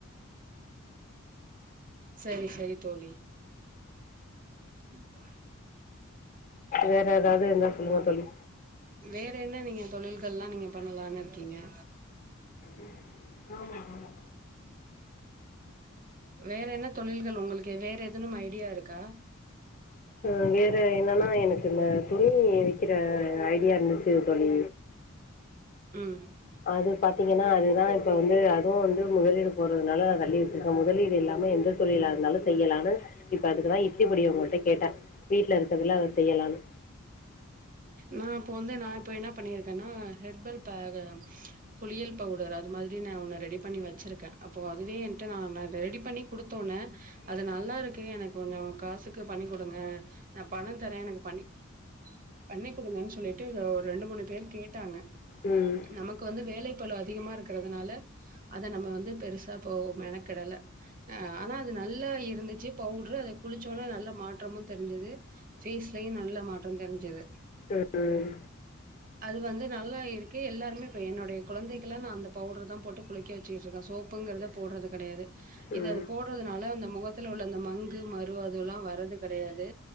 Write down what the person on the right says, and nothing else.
செரி செரி தோழி <inaudible>
வேற என்ன நீங்க தொழில்கள் எல்லா நீங்க பண்ணலான் இரு ங்கா
வேற என்ன தொழில்கள் உங்களுக்கு வேற எதுனும் ஐடியா இருக்கா
ம்
நா இப்ப வந்து நா இப்ப என்னா பண்ணிருக்கேன்னா ஹெர்பல் பேகு குளியல் பவுடர் அது மாரி நா ஒன்னு ரெடி பண்ணி வச் வச்சிருக்கே அப்போ அதுவே என்ட்ட நா ரெடி பண்ணி குடுத்தோன அது நல்லா இருக்கே எனக் கொஞ்ச காசுக்கு பண்ணி குடுங்க அப்ப பண தரே எனக்கு பண்ணி பண்ணி குடுங்கன்னு சொல்லிட்டு ஒரு ரெண்டு மூணு பேர் கேட்டாங்க
நமக்கு வந்து வேலைக் பலு அதிகமாக இருக்கிற அதனால அத நம்ம வந்து பெருசு ப அப்போ மெனக்கெடல ஆனா அது நல்லா இருந்துச் ஜி பவுட்ரு அத குளிச்சோனா நல்லா மாற்றமு தெரிஞ்சது ஃபேஸ்லயும் நல்ல மாற்றம் தெரிஞ்சது
அது வந்து நல்லா இருக்கு எல்லாருமே இப்ப என்னுடைய குழந்தை கில நா அந்த பவுடரு தா போட்டு குளிக்க வச்சுக்கிட்டுருக்கே சோப்புங்குறது போடுறது கெடையாது இது
அது
போடுறதுனால அந்த முகத்துல உள்ள அந்த மங் இது மறு அதுலா வர்றது கெடையாது